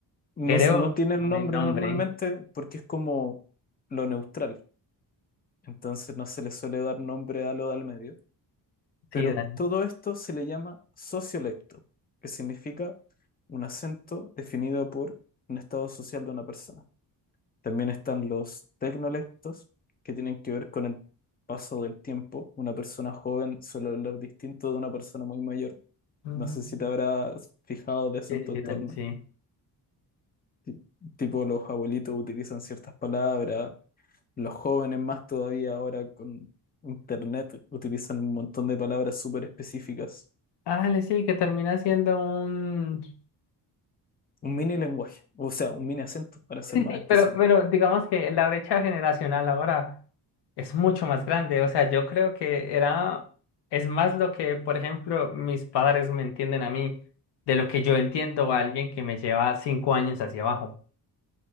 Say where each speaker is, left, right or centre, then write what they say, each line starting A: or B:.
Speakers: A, on the left; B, on the left.
A: No,
B: Creo
A: s- no tiene un
B: que no
A: nombre
B: hay nombre.
A: normalmente porque es como lo neutral. entonces no se le suele dar nombre a lo de al medio. Pero
B: Sí, Dani.
A: todo esto se le llama sociolecto, que significa un acento definido por un estado social de una persona. También están los tecnolectos, que tienen que ver con el paso del tiempo. Una persona joven suele hablar distinto de una persona muy mayor.
B: Mm,
A: No sé si te habrás fijado de eso
B: Sí,
A: en tu
B: sí,
A: entorno.
B: Dani, sí.
A: Ti- Tipo, los abuelitos utilizan ciertas palabras, Los jóvenes más todavía ahora con internet utilizan un montón de palabras súper específicas.
B: Ah, le sí, que termina siendo un
A: Un mini lenguaje, o sea, un mini acento para ser
B: Sí,
A: más
B: sí,
A: específico.
B: pero, pero digamos que la brecha generacional ahora es mucho más grande. O sea, yo creo que era, es más lo que, por ejemplo, mis padres me entienden a mí de lo que yo entiendo a alguien que me lleva cinco años hacia abajo.